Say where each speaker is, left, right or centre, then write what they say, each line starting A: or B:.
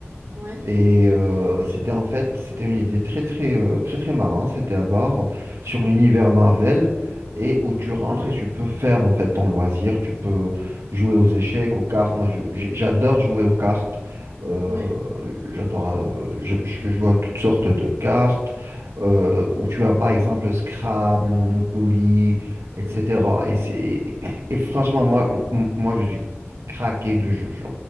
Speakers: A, on the right (about 55°); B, on the right (about 80°).
A: ouais,
B: Et euh, c'était en fait, c'était une idée très très euh, très très marrante. C'était un bar sur l'univers Marvel et où tu rentres
A: Ah ouais,
B: et tu peux faire en fait ton loisir. Tu peux jouer aux échecs, aux cartes. Moi, je- j'ai- j'adore jouer aux cartes. Euh,
A: ouais.
B: j'adore. euh, je, je joue à toutes sortes de cartes euh, où tu as par exemple Scrabble, Monopoly, etc.
A: Mm.
B: Et c'est et franchement moi m- moi je suis craqué de jeux.